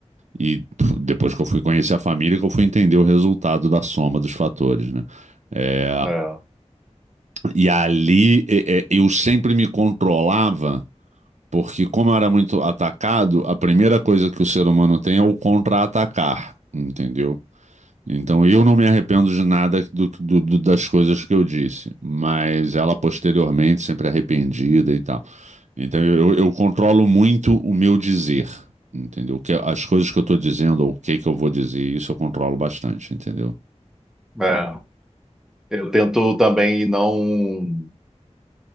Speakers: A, on the right; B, in the centre.
A: E pff, depois que eu fui conhecer a família, que eu fui entender o resultado da soma dos fatores, né? É,
B: é,
A: e ali é, é, eu sempre me controlava, porque como eu era muito atacado, a primeira coisa que o ser humano tem é o contra-atacar, entendeu? Então eu não me arrependo de nada do- do- do- das coisas que eu disse, mas ela posteriormente sempre arrependida e tal. Então eu, eu controlo muito o meu dizer, entendeu? Que as coisas que eu estou dizendo ou o que que eu vou dizer, isso eu controlo bastante, entendeu?
B: é. Eu tento também não,